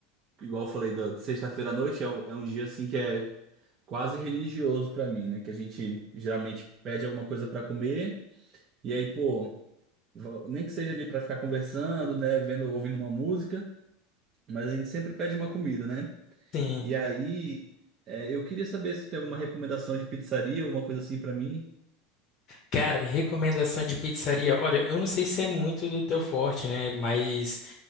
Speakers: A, on the right; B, on the left.
A: Igual eu falei, da de sexta-feira à noite é, um- é um dia, assim, que é quase religioso pra mim, né? Que a gente geralmente pede alguma coisa pra comer. E aí, pô, va- nem que seja ali pra ficar conversando, né, vendo, ouvindo uma música, mas a gente sempre pede uma comida, né?
B: Sim.
A: E aí, é, eu queria saber se tem alguma recomendação de pizzaria, alguma coisa assim pra mim.
B: Cara, recomendação de pizzaria. Olha, eu não sei se é muito do teu forte, né? Mas